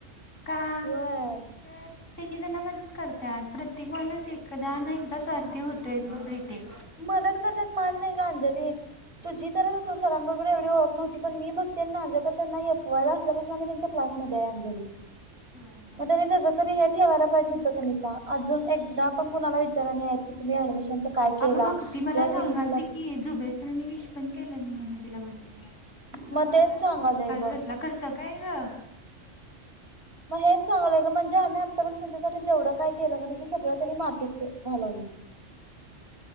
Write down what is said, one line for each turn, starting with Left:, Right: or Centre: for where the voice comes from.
Left: का
Right: होय
Left: तर तने त्यांना मदत करतात प्रत्येक माणूस एकत एकदा ना एकदा स्वार्थी होतोयच बघ प्रत्येक
Right: मदत करतात मान नाही का अंजली तुझी सरांबरोबर एवढी ओळख नव्हती पण म बघते त्यांनाता त्यांनाफयर असल्या त्यांच्या क्लास
Left: होय
Right: मधी आहे अंजली
Left: होय होय
Right: मग त्याच जरा तरी हे ठेवायला पाहिजे होत नि अजून
Left: होय
Right: एकदा
Left: शंभर
Right: पण कुणाला
Left: टक्के
Right: विचार नाही आहेत की, तुम्ही ऍडमिशनच काय केला
Left: अगं भक्ती मला
Right: किंवा
Left: सांगालती
Right: सीईटी ला किती,
Left: की, जुबेर सरांनी विश पण केलं नाही म्हणे तिला बड्डेला. म्हणलं,
Right: मग
Left: मला
Right: तेच सांगालोय
Left: धक्काच
Right: बघ
Left: बसला कसं काय गं?
Right: मग हेच सांगायलोय ग म्हणजे आम्ही आत्तापर्यंत त्यांच्यासाठी जेवढं काय केलं की नाय ते सगळं त्यांनी मातीत के घालवलेत.